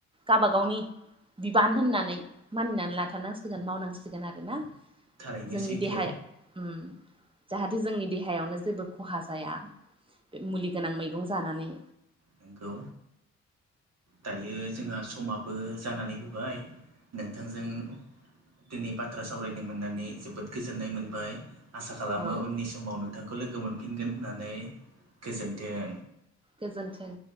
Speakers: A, on the right (about 15°); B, on the right (about 60°).
A: गाबागावनि बिबान होननानै मानिनानै लाथारनांसिगोन मावनांसिगोन आरो ना।
B: थारैनो
A: जोंनि
B: सैथो
A: देहाया ओम। जाहाथे जोंनि देहायावनो जेबो खहा जाया बे मुलि गोनां मैगं जानानै।
B: नोंगौ। दायो जोंहा समाबो जानानै फैाबाय, नोंथांजों दिनै बाथ्रा सावरायनो मोननानै जोबोद गोजोननाय मोनबाय। आसा खालामो
A: औ
B: उननि समाव नोंथांखौ लोगो मोनफिनगोन होननानै गोजोनथों।
A: गोजोन्थों।